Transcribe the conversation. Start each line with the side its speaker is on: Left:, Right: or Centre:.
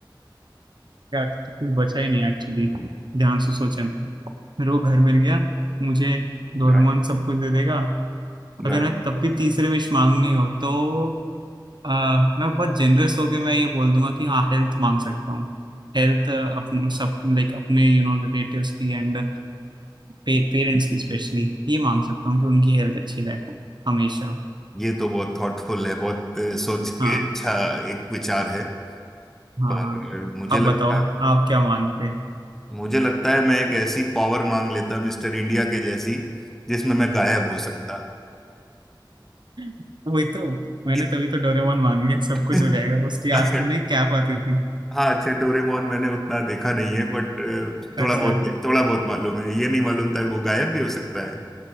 Right: क्या कुछ बचा ही नहीं एक्चुअली ध्यान से सोचें मेरे को घर मिल गया मुझे डोरेमोन
Centre: गाड़ी
Right: सब कुछ दे देगा अगर
Centre: गाड़ी
Right: मैं तब भी तीसरे विश मांगनी हो तो आ, मैं बहुत जेनरस होके मैं ये बोल दूंगा कि हाँ हेल्थ मांग सकता हूँ हेल्थ अपने सब लाइक अपने यू नो रिलेटिव्स की एंड पेरेंट्स की स्पेशली ये मांग सकता हूँ कि उनकी हेल्थ अच्छी रहे हमेशा
Centre: ये तो बहुत थॉटफुल है बहुत अ, सोच के
Right: हाँ
Centre: अच्छा एक विचार है
Right: हाँ
Centre: पर
Right: हाँ
Centre: मुझे
Right: आप
Centre: लगता
Right: बताओ
Centre: है
Right: आप क्या मांगते हैं?
Centre: मुझे लगता है मैं एक ऐसी पावर मांग लेता मिस्टर इंडिया के जैसी जिसमें मैं गायब हो सकता
Right: <laughs> वही तो मैंने
Centre: इत-
Right: तभी तो डोरेमोन मांग लिया सब कुछ
Centre: <laughs>
Right: हो जाएगा उसकी
Centre: अच्छा
Right: आती थी ना कैप आती थी
Centre: हाँ अच्छा डोरेमोन मैंने उतना देखा नहीं है बट
Right: अच्छा
Centre: थोड़ा बहुत थोड़ा बहुत मालूम है ये नहीं मालूम था कि वो गायब भी हो सकता है